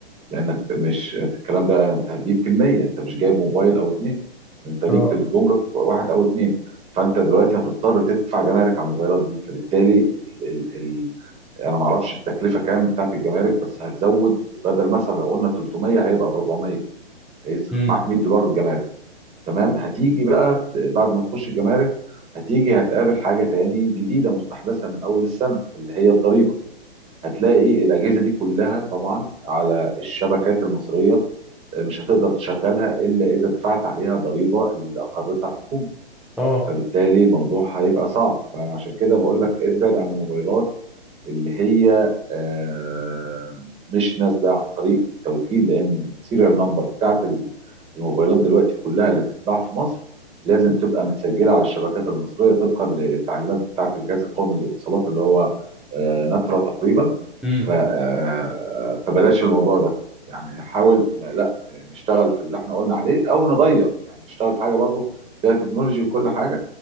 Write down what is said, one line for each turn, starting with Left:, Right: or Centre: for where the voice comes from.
Right: لانك مش الكلام ده انت هتجيب كميه انت مش جايب موبايل او اتنين انت ليك
Centre: اه
Right: في الجمرك واحد او اتنين فانت دلوقتي هتضطر تدفع جمارك على الموبايلات دي فبالتالي ال ال ال انا ما اعرفش التكلفه كام بتاعت الجمارك بس هتزود بدل مثلا لو قلنا 300 هيبقى ب 400 هيصرف
Centre: امم
Right: معاك 100 دولار جمارك تمام هتيجي بقى ت- بعد ما تخش الجمارك هتيجي هتقابل حاجه تاني جديده مستحدثه من اول السنه اللي هي الضريبه هتلاقي الاجهزه دي كلها طبعا على الشبكات المصريه آه، مش هتقدر تشغلها الا اذا دفعت عليها ضريبه اللي اقرتها الحكومه
Centre: اه
Right: فبالتالي الموضوع هيبقى صعب فانا عشان كده بقول لك ابعد عن الموبايلات اللي هي آه، مش نازله عن طريق التوكيل لان السيريال نمبر بتاعت الموبايلات دلوقتي كلها اللي بتتباع في مصر لازم تبقى متسجله على الشبكات المصريه طبقا للتعليمات بتاعت الجهاز القومي للاتصالات اللي هو آه، نترا تقريبا
Centre: امم
Right: ف آه، فبلاش الموضوع ده يعني حاول لا نشتغل في اللي احنا قلنا عليه او نغير يعني نشتغل في حاجه برضو فيها تكنولوجي وكل حاجه